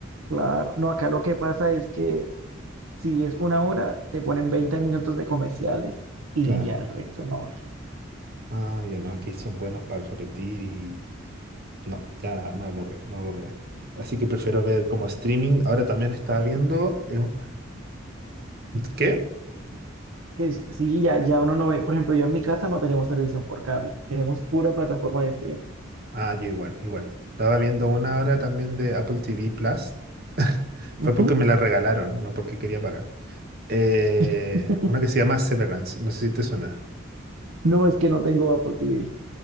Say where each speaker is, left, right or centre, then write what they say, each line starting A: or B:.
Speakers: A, on the right (about 80°); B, on the right (about 45°).
A: Claro, no, acá lo que pasa es que si es una hora, te ponen 20 minutos de comerciales y
B: Claro.
A: ya el resto no.
B: Ah, ya no, aquí son buenos para repetir y no, ya me aburre, me aburre. Así que prefiero ver como streaming. Ahora también estaba viendo... eh, un- ¿Qué?
A: Que es- sí, ya, ya uno no ve. Por ejemplo, yo en mi casa no tenemos televisión por cable. Tenemos pura plataforma de streaming.
B: Ah, yo igual, igual. Estaba viendo una hora también de Apple TV Plus. <laughs>
A: Ujú.
B: Fue porque me la regalaron, no porque quería pagar. Eh,
A: <laughs>
B: una que se llama Severance, no sé si te suena.
A: No es que no tengo Apple TV.